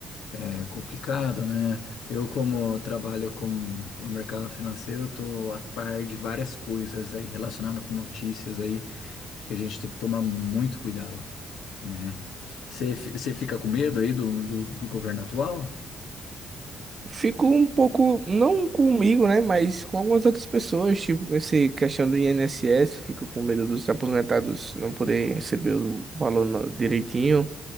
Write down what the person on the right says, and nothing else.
Fico um pouco, não comigo, né? Mas com algumas outras pessoas, tipo, com essa questão do INSS, fico com medo dos aposentados não poder receber o valor no- direitinho.